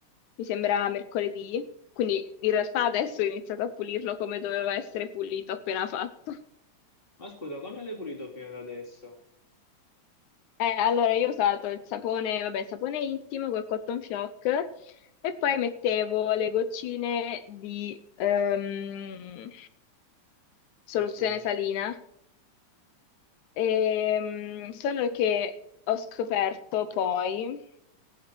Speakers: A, on the left (about 75°); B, on the left (about 20°).
A: mi sembra mercoledì, quindi in realtà adesso ho iniziato a pulirlo come doveva essere pulito appena fatto.
B: Ma scusa, come l'hai pulito fino ad adesso?
A: Eh, allora io ho usato il sapone, vabbè, il sapone intimo col cotton fioc e poi mettevo le goccine di, ehm, soluzione
B: Sorsiano.
A: salina, Ehm, solo che ho scoperto poi